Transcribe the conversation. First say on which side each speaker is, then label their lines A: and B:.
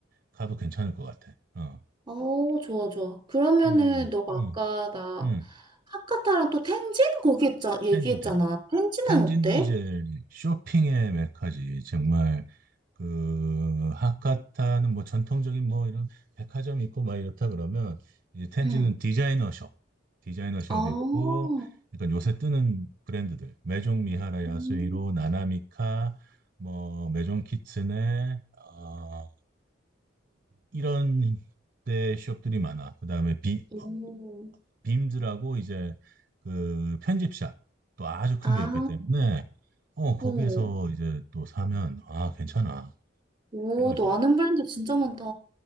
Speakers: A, on the right (about 50°); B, on the right (about 20°).
A: 가도 괜찮을 것 같아. 어.
B: 어, 좋아, 좋아. 그러면은
A: 응.
B: 너가 아까
A: 응.
B: 나
A: 응.
B: 하카타랑 또 텐진 거기 했자, 얘기했잖아.
A: 텐진 텐
B: 텐진은
A: 텐진도
B: 어때?
A: 이제 쇼핑의 메카지. 정말 그 하카타는 뭐 전통적인 뭐 이런 백화점 있고 막 이렇다 그러면 이제 텐지는
B: 응
A: 디자이너 숍, 디자이너 숍
B: 아
A: 있고 약간 요새 뜨는 브랜드들 메종 미하라
B: 음,
A: 야스히로 나나미카 뭐 메종 키츠네 어뭐 이런 데 숍들이 많아. 그다음에 비
B: 오,
A: 어, 빔즈라고 이제 그 편집샵 또 아주 큰
B: 아,
A: 게 있기 때문에 어 거기에서
B: 어,
A: 이제 또 사면 아 괜찮아.
B: 오,
A: 좋아
B: 너
A: 좋아.
B: 아는 브랜드 진짜 많다.